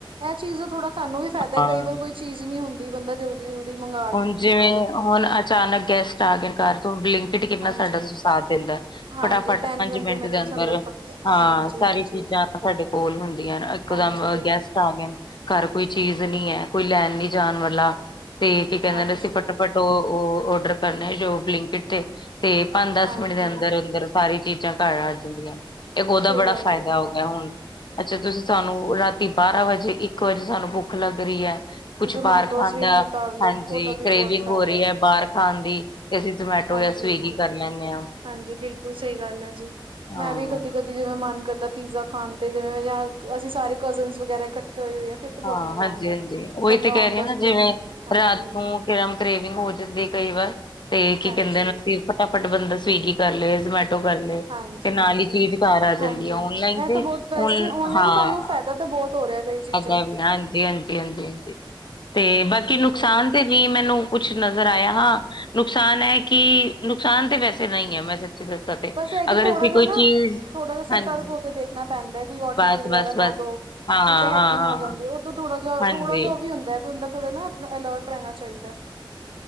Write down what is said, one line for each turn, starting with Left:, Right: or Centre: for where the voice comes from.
Right: ਇਹ ਚੀਜ਼ ਥੋੜਾ ਸਾਨੂੰ ਵੀ ਫਾਇਦਾ
Left: ਹਾਂ
Right: ਕਈ ਵਾਰ ਕੋਈ ਚੀਜ਼ ਨੀ ਹੁੰਦੀ ਬੰਦਾ ਜਲਦੀ ਜਲਦੀ ਮੰਗ
Left: ਹੁਣ ਜਿਵੇਂ ਹੁਣ ਅਚਾਨਕ ਗੈਸਟ ਆ ਗਏ ਘਰ ਤੋਂ ਵਿੰਕ ਟ ਕਿੰਨਾ
Right: ਹਾਂਜੀ
Left: ਸਾਡਾ ਸਾਥ ਦਿੰਦਾ
Right: ਹਾਂਜੀ
Left: ਫਟਾਫਟ
Right: ਟੈਨ
Left: ਪੰਜ
Right: ਟਵੰਟੀ
Left: ਮਿੰਟ
Right: ਮਿੰਟਸ
Left: ਦੇ ਅੰਦਰ
Right: ਪ
Left: ਹਾਂ
Right: ਹਾਂਜੀ
Left: ਸਾਰੀ
Right: ਹਾਂਜੀ।
Left: ਚੀਜ਼ਾਂ ਸਾਡੇ ਕੋਲ ਹੁੰਦੀਆਂ ਇਕਦਮ
Right: ਹਾਂਜੀ ਬਿਲ
Left: ਗੈਸਟ ਆ ਗ ਘਰ ਕੋਈ ਚੀਜ਼ ਨਹੀਂ ਹੈ ਕੋਈ ਲੈਣ ਨੀ ਜਾਣ ਵਾਲਾ। ਤੇ ਕੀ ਕਹਿੰਦੇ
Right: ਹਾਂਜੀ
Left: ਅਸੀਂ ਫਟਾਫਟ ਉਹ ਓਡਰ ਕਰਨੇ ਆ ਜੋ ਲਿੰਕਡ ਤੇ ਤੇ ਪੰਜ ਦਸ
Right: ਹਾਂਜੀ।
Left: ਮਿੰਟ ਦੇ ਅੰਦਰ ਅੰਦਰ ਸਾਰੀ ਚੀਜ਼ਾਂ ਘਰ ਆ ਜਾਂਦੀਆਂ। ਇੱਕ ਉਹਦਾ
Right: ਸਹੀ
Left: ਬੜਾ
Right: ਗੱਲ
Left: ਫਾਇਦਾ
Right: ਹੈ ਜੀ
Left: ਹੋ
Right: ਬਿਲਕੁਲ
Left: ਗਿਆ ਹੁਣ ਅੱਛਾ ਤੁਸੀਂ ਸਾਨੂੰ ਰਾਤੀ ਬਾਰਾਂ ਵਜੇ ਇੱਕ ਵਜੇ ਸਾਨੂੰ ਭੁੱਖ ਲੱਗ ਰਹੀ ਹੈ। ਕੁਛ
Right: ਜ਼ੋਮੈਟੋ
Left: ਬਾਹਰ ਖਾਨ
Right: ਸਵੀਗੀ
Left: ਦਾ
Right: ਕਰ ਲੋ
Left: ਹਾਂਜੀ
Right: ਉਹਦਾ ਵੀ
Left: ਕਰੇਵਿੰਗ
Right: ਬਹੁਤ ਫਾਇਦਾ।
Left: ਹੋ ਰਹੀ ਹੈ ਬਾਹਰ ਖਾਣ ਦੀ ਅਸੀਂ
Right: ਹਾਂਜੀ
Left: ਜਾਂ ਸਵੀਗੀ
Right: ਹਾਂਜੀ
Left: ਕਰ ਲੈਂਦੇ ਹਾਂ।
Right: ਹਾਂਜੀ ਬਿਲਕੁਲ ਸਹੀ ਗੱਲ ਹੈ ਜੀ
Left: ਹਾਂ।
Right: ਮੈਂ ਵੀ ਕਦੀ ਕਦੀ ਦੀ ਜਿਵੇਂ ਮਨ ਕਰਦਾ ਪੀਜ਼ਾ ਖਾਣ ਤੇ ਜਿਵੇਂ ਯਾਰ ਅਸੀਂ ਸਾਰੇ ਕਜ਼ਨ ਵਗੈਰਾ ਇਕੱਠੇ ਹੋਏ ਹੋਏ ਹੈ। ਫਿਰ ਤਾਂ ਬਹੁਤ
Left: ਹਾਂ
Right: ਮਜ਼ਾ
Left: ਹਾਂਜੀ
Right: ਆਉਂਦਾ
Left: ਹਾਂਜੀ ਉਹੀ
Right: ਬੰਦਾ
Left: ਤੇ ਕਹਿ
Right: ਔਨ
Left: ਰਹੀ
Right: ਦਾ
Left: ਹ
Right: ਸਪੋਟ
Left: ਨਾ ਜਿਵੇਂ
Right: ਹਾਂਜੀ
Left: ਰਾਤ ਨੂੰ ਕਰੇਵਿੰਗ ਹੋ ਜਾਂਦੀ ਕਈ ਵਾਰ ਤੇ ਕੀ
Right: ਹਾਂਜੀ
Left: ਕਹਿੰਦੇ। ਫਟਾਫਟ ਬੰਦਾ ਸਵੀਗੀ ਕਰ ਲਏਮੈ ਤੋਂ ਕਰ ਲਏ
Right: ਹਾਂਜੀ
Left: ਤੇ ਨਾਲ
Right: ਹਾਂਜੀ
Left: ਹੀ ਚੀਜ਼ ਘਰ ਆ
Right: ਹਾਂਜੀ
Left: ਜਾਂਦੀ ਆ ਓਨਲਾਈਨ
Right: ਇਹ
Left: ਤੇ
Right: ਤਾਂ ਬਹੁਤ ਵੈਸੇ ਔਨਲਾਈਨ
Left: ਹਾਂ।
Right: ਸਾਨੂੰ ਫਾਇਦਾ ਤਾਂ ਬਹੁਤ ਹੋ ਰਿਹਾ ਕਈ ਚੀਜਾਂ
Left: ਵੀ ਹਾਂਜੀ ਹਾਂਜੀ ਹਾਂਜੀ ਹਾਂਜੀ ਤੇ ਬਾਕੀ
Right: ਵਧੀਆ
Left: ਨੁਕਸਾਨ
Right: ਹੋ ਗਿਆ
Left: ਤੇ ਵੀ ਮੈਨੂੰ ਕੁਛ ਨਜ਼ਰ ਆਇਆ ਹਾਂ। ਨੁਕਸਾਨ ਹੈ ਕਿ ਨੁਕਸਾਨ ਤਾਂ ਵੈਸੇ ਨਹੀਂ ਹੈ ਮੈਂ ਸੱਚੀ ਦੱਸਾਂ
Right: ਬਸ ਇਹ ਕਿ
Left: ਅਗਰ
Right: ਥੋੜਾ
Left: ਅਸੀਂ
Right: ਜਿਹਾ
Left: ਕੋਈ
Right: ਨਾ
Left: ਚੀਜ਼
Right: ਥੋੜਾ ਜਿਹਾ
Left: ਹਾਂਜੀ
Right: ਸਤਰਕ ਹੋ ਕੇ ਦੇਖਣਾ ਪੈਂਦਾ ਹੈ ਕੋਈ ਓ ਟੀ
Left: ਬਸ
Right: ਪੀ ਵਗੈਰਾ
Left: ਬਸ
Right: ਨਾ
Left: ਬਸ।
Right: ਦੋ ਨਹੀਂ
Left: ਹਾਂ
Right: ਤਾਂ ਹੈਕਿੰਗ
Left: ਹਾਂ। ਹਾਂ
Right: ਹੋ ਜਾਂਦੀ ਉਹ ਥੋੜਾ ਜਾ
Left: ਹਾਂਜੀ
Right: ਥੋੜਾ ਜਹਾ ਉਹ ਵੀ ਹੁੰਦਾਦਾ ਥੋੜਾ ਅਲਰਟ ਰਹਿਣਾ ਚਾਹੀਦਾ ਹੈ।